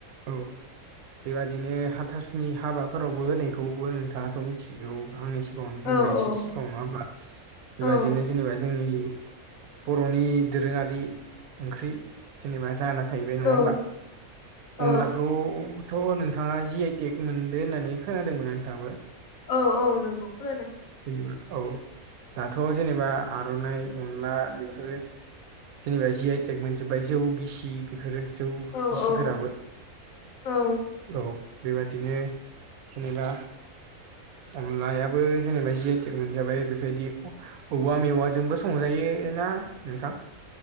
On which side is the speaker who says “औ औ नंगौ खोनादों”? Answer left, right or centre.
Left